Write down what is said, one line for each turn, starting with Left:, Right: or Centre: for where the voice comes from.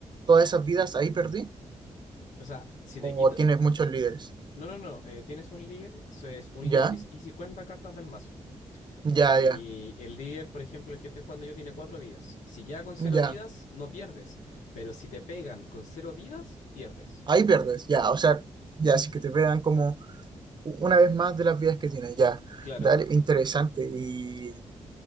Right: todas esas vidas, ahí perdí.
Left: o sea, si
Right: O
Left: te quito.
Right: tienes muchos líderes.
Left: No, no, no. eh, tienes un líder, eso es un
Right: Ya,
Left: líder y, y 50 cartas del mazo.
Right: ya,
Left: Y
Right: ya,
Left: el líder, por ejemplo, el que estoy jugando yo, tiene cuatro vidas. Si queda con cero
Right: ya.
Left: vidas, no pierdes. Pero si te pegan con cero vidas, pierdes.
Right: Ahí pierdes, ya. O sea, ya, así que te vean como u- una vez más de las vidas que tienes, ya.
Left: Claro.
Right: Dale, interesante. Y